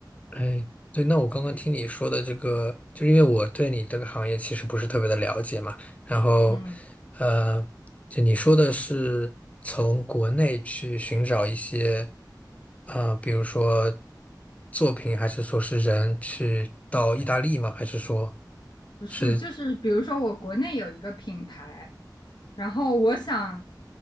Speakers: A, on the left (about 20°); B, on the left (about 80°).
A: 哎，对，那我刚刚听你说的这个，就是因为我对你这个行业其实不是特别的了解嘛，然后，
B: 嗯，
A: 呃，就你说的是从国内去寻找一些，啊，比如说作品，还是说是人去到意大利吗？还是说
B: 不是，
A: 是？
B: 就是比如说我国内有一个品牌，然后我想